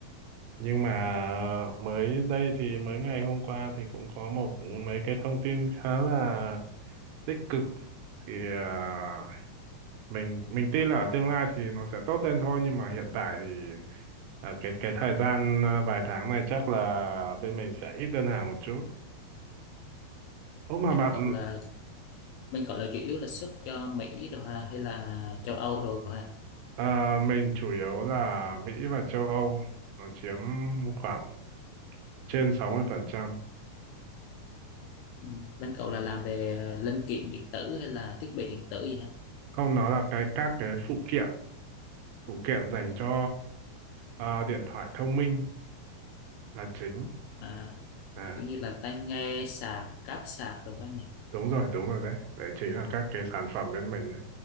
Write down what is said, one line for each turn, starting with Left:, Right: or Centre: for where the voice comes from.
Right: nhưng mà
Left: À,
Right: mới đây thì mới ngày hôm qua thì cũng có một mấy cái thông tin khá là tích cực thì à, mình mình tin là ở tương lai thì nó sẽ tốt lên thôi nhưng mà hiện tại thì à, cái cái thời gian à, vài tháng này chắc là bên mình sẽ ít đơn hàng một chút. Ô mà
Left: bên
Right: bạn
Left: cậu là bên cậu là chủ yếu là xuất cho Mỹ đồ ha hay là châu Âu đồ cậu ha?
Right: à, mình chủ yếu là Mỹ và châu Âu nó chiếm khoảng trên 60%.
Left: Ừ. Bên cậu
Right: Ừ.
Left: là làm về linh kiện điện tử hay là thiết bị điện tử gì ha?
Right: Không nói là cái các cái phụ kiện phụ kiện dành cho à, điện thoại thông minh là chính
Left: à,
Right: à
Left: kiểu như là tai nghe sạc cáp sạc đồ các nhỉ
Right: đúng rồi đúng rồi đấy đấy chính là các cái sản phẩm bên mình đấy